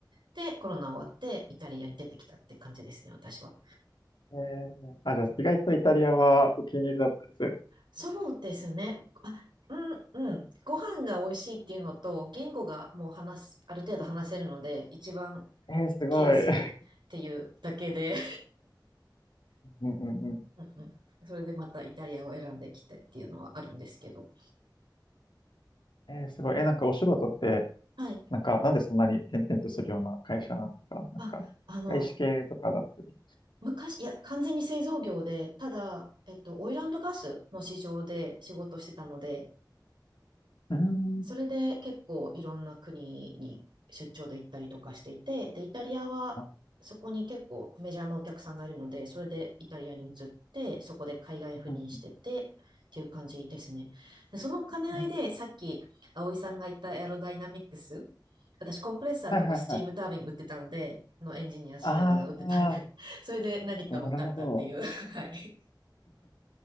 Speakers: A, on the right; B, on the left.
A: で、コロナ終わってイタリアに出てきたって感じですね、私は。
B: えーあ、じゃあ意外とイタリアはお気に入りだったです。
A: そうですね。あ、うん、うん。ご飯が美味しいっていうのと、言語がもう話す、ある程度話せるので、一番
B: えーすごい。
A: 来やすいっていうだけで、
B: うんうんうん。
A: <laughs> うんうん。それでまたイタリアを選んできてっていうのはあるんですけど。
B: えーすごい。えーなんかお仕事って、
A: はい。
B: なんかなんでそんなに転々とするような会社なのか、なんか外資系とかだったり。
A: あ、あの、昔、いや、完全に製造業で、ただ、えっと、オイルガスの市場で仕事してたので、
B: うーん。
A: それで結構いろんな国に出張で行ったりとかしていて、で、イタリアはそこに結構メジャーなお客さんがいるので、
B: あ
A: それでイタリアに移って、そこで海外赴任しててっていう感じですね。
B: うん
A: でその兼ね合いでさっき葵さんが言ったエアロダイナミックス、
B: うん
A: 私コンプレッサーとかスチームタービン打ってたんで、
B: はいはいはい。
A: のエンジニアしながら打ってたんで、
B: ああ、
A: <laughs> それで何か分かったっていう。
B: なるほど。
A: はい。